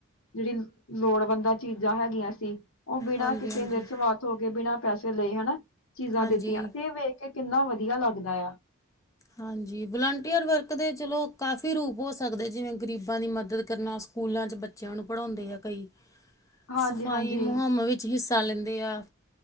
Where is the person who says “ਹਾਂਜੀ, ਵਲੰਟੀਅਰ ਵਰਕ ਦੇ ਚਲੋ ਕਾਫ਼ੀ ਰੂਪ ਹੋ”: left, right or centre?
Left